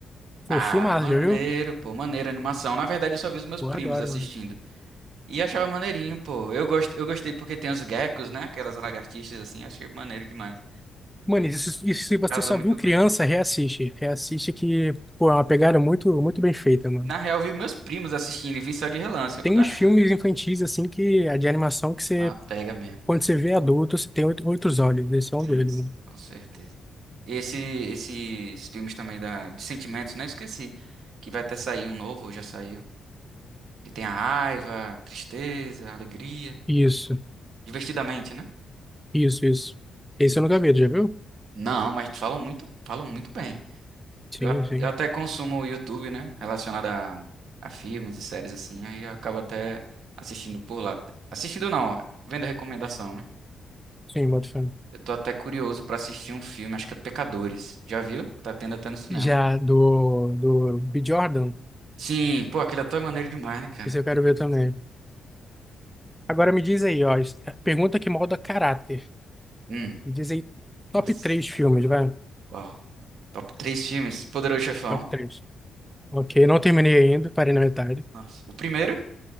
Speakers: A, in the centre; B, on the right.
A: Pô,
B: Ah,
A: filmaço,
B: maneiro,
A: já viu?
B: pô, maneiro a animação. Na verdade, eu só vi os meus
A: Pô,
B: primos
A: eu adoro,
B: assistindo.
A: mano.
B: E achava maneirinho, pô. Eu gost... eu gostei porque tem os geckos, né? Aquelas lagartixas assim, achei maneiro demais.
A: Mano, e se, e se você
B: Casou
A: só
B: muito
A: viu criança,
B: bem.
A: reassiste. Reassiste que, pô, é uma pegada muito, muito bem feita, mano.
B: Na real, vi meus primos assistindo e vi só de relance. Eu
A: Tem
B: vou dar
A: uns
B: uma chance.
A: filmes infantis, assim, que, de animação que você
B: Ah, pega mesmo.
A: Quando você vê adulto, você tem oito, oito olhos. Esse é um
B: Sim,
A: deles, né?
B: com certeza. E esse, esses filmes também da... de sentimentos, né? Esqueci. Que vai até sair um novo, já saiu. Que tem a raiva, tristeza, alegria.
A: Isso,
B: Divertidamente, né?
A: isso, isso. Esse
B: Hum.
A: eu nunca vi, tu já viu?
B: Não, mas falam muito, falam muito bem.
A: Sim,
B: Eu, a-
A: sim.
B: eu até consumo o YouTube, né? Relacionado a, a filmes e séries assim. Aí eu acabo até assistindo por lá. Assistindo não, vendo recomendação, né?
A: Sim, boto fé.
B: Eu tô até curioso pra assistir um filme, acho que é Pecadores. Já viu? Tá tendo até no cinema.
A: Já do, do B. Jordan,
B: Sim, pô, aquele ator é maneiro demais, né, cara?
A: esse eu quero ver também. Agora
B: Pô,
A: me diz aí, ó. es- é, Pergunta que molda caráter.
B: Hum,
A: Me diz aí, top
B: nossa.
A: três filmes, vai.
B: Uau. Top três filmes. Poderoso Chefão.
A: Top três. Ok, não terminei ainda, parei na metade.
B: Nossa. O primeiro?